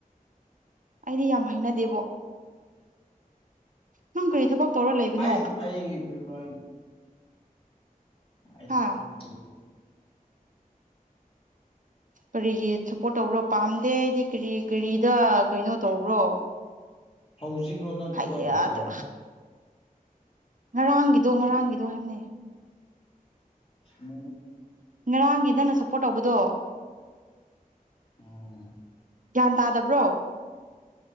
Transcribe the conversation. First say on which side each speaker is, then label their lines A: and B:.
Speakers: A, on the right; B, on the left.
A: ꯑꯩꯗꯤ ꯌꯥꯝ ꯍꯥꯏꯅꯗꯦꯕꯣ ꯅꯪ ꯀꯔꯤ ꯊꯕꯛ ꯇꯧꯔ ꯂꯩꯕꯅꯣ
B: ꯑ ꯑꯒꯦ ꯄꯕꯥ ꯑꯁꯄ
A: ꯍꯥ ꯀꯔꯤꯒꯤ ꯁꯞꯄꯣꯔꯠ ꯇꯧꯕ꯭ꯔꯣ ꯄꯥꯝꯗꯦ ꯍꯥꯏꯗꯤ ꯀꯔꯤ ꯀꯔꯤꯗ ꯀꯩꯅꯣ ꯇꯧꯕ꯭ꯔꯣ
B: ꯍꯧꯖꯤꯈ꯭ꯔꯣ ꯅꯠꯇ꯭ꯔꯒꯣ
A: ꯍꯩꯌꯥ ꯑꯗꯣ
B: ꯑꯩꯥꯏ
A: ꯉꯔꯥꯡꯒꯤꯗꯣ ꯉꯔꯥꯡꯒꯤꯗꯣ ꯍꯥꯏꯕꯅꯦ
B: ꯃ
A: ꯉꯔꯥꯡꯒꯤ ꯅꯪꯅ ꯁꯞꯄꯣꯔꯠ ꯇꯧꯕꯗꯣ
B: ꯑꯣ
A: ꯒ꯭ꯌꯥꯟ ꯇꯥꯗꯕ꯭ꯔꯣ